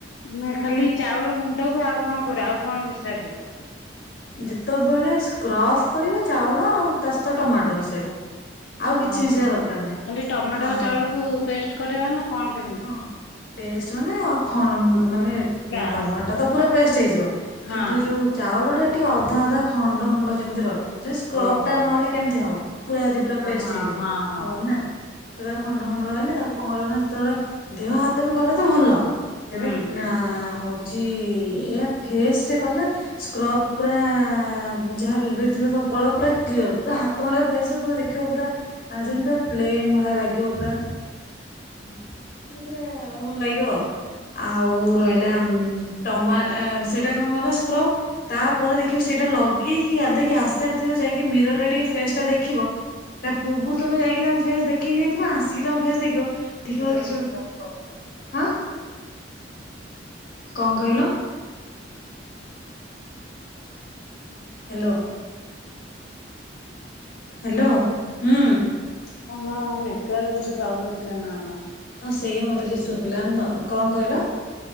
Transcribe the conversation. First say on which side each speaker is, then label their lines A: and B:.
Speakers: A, on the left (about 80°); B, on the left (about 55°).
A: ଆମେ ଖାଲି ଚାଉଳ ଗୁଣ୍ଡକୁ ଆଉ କଣ କର ଆଉ। କଣ ବିସାରିଯିବ।
B: ଯେତେବେଳେ ସ୍କ୍ରଫ କରିବ ଚାଉଳ ଆଉ ତା ସହିତ ଟମାଟୋ ମିଶେଇବ। ଆଉ କିଛି
A: ଓହୋ
B: ମିଶେଇବା ଦରକାର ନାହିଁ।
A: ଖାଲି ଟମାଟୋ
B: ଆଉ
A: ଚାଉଳକୁ ପେଷ୍ଟ। କରିବାର ନା। କଣ କେମିତି।
B: ହଁ ପେଷ୍ଟ ମାନେ ଖ ମାନେ
A: କା
B: ଟମାଟୋ ତ ପୁରା ପେଷ୍ଟ ହେଇଯିବ।
A: ହଁ
B: କିନ୍ତୁ ଯୋଉ ଚାଉଳ ଟା ଟିକେ ଅଧା ଅଧା। ଖଣ୍ଡ ଖଣ୍ଡ ଯେମିତି ରହିବ। ଯୋ ସ୍କ୍ରବ୍
A: ଓହୋ
B: ନହେଲେ କେମିତି ହବ। ପୁରା ଯଦି ପୁରା
A: ହଁ
B: ପେଷ୍ଟ
A: ହଁ
B: ହେଇଯିବ
A: ହଁ ହଁ
B: ହବନି
A: ହଁ
B: ନା। ପୁରା ଖଣ୍ଡ ଖଣ୍ଡ ରହିଲେ ତାକୁ କଣ କରିବ ନା। ସେତେବେଳେ ଦେହ ହାତ ବି କଲେ ତ ଭଲ। ସେଇଟା
A: ହୁଁ
B: ନା ହଉ ଚି ଏହା ଫେସ ରେ କଲେ ସ୍କ୍ରବ ପୁରା ଯାହା ବିର୍ ବିର୍ ଥିବ ସବୁ ପଳେଇବ ପୁରା କ୍ଲିୟର। ପୁରା ହାତ ମାରିବ ଫେସ ରେ ପୁରା ଦେଖିବ ପୁରା ଯେମିତି ପୁରା ପ୍ଲେନ୍ ଭଳିଆ ଲାଗିବ। ପୁରା ମାନେ ପୁରା ଭଲ ଲାଗିବ। ଆଉ ଆଉ ରହିଲା ଟମା ସେଇଟା କଣ ଗଲା ସ୍କ୍ରବ ତାପରେ ଦେଖିବ। ସେଇଟା ଲଗେଇକି ଗାଧେଇକି ଆସିସାରିଥିବ ଯାଇକି ମିରରରେ ଟିକେ ଫେସ ଟା ଦେଖିବ। ତା ପୂର୍ବରୁ ତମେ ଯାଇକି ତମ ଫେସ ଦେଖିକି ଯାଇଥିବ ଆସିକି ତମ ଫେସ ଦେଖିବ। <unintelligible> ହାଁ। କଣ କହିଲ? ହ୍ୟାଲୋ। ହ୍ୟାଲୋ ହୁଁ।
A: କଣ ନେଟୱାର୍କ ବୋଧେ ପାଉନଥିଲା ନା କଣ।
B: ହଁ ସେଇଆା ମୋତେ କିଛି
A: ଶୁଭୁ
B: ଶୁଭିଲାନି
A: ନଥିଲା
B: ତ, କଣ କହିଲ?